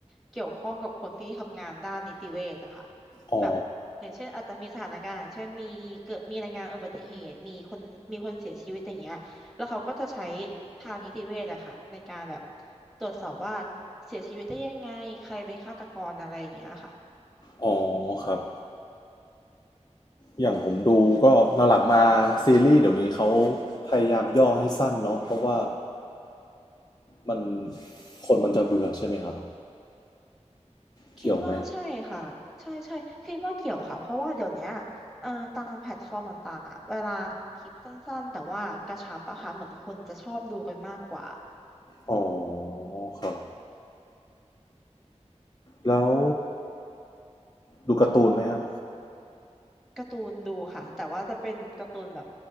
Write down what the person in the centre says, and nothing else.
เกี่ยวข้องกับคนที่ทำงานด้านนิติเวชอะค่ะ
แบบอย่างเช่นอาจจะมีสถานการณ์เช่นมีเกิดมีรายงานอุบัติเหตุมีคนมีคนเสียชีวิตอย่างเงี้ย แล้วเขาก็จะใช้ทางนิติเวชอะค่ะในการแบบตรวจสอบว่าเสียชีวิตได้ยังไงใครเป็นฆาตกรอะไรอย่างเงี้ยค่ะ
คิดว่าใช่ค่ะใช่ใช่คิดว่าเกี่ยวค่ะเพราะว่าเดี๋ยวเนี้ยเอ่อตามแพลตฟอร์มต่างๆอะเวลาทำคลิปสั้นๆแต่ว่ากระชับอะค่ะเหมือนคนจะชอบดูกันมากกว่า
การ์ตูนดูค่ะแต่ว่าจะเป็นการ์ตูนแบบ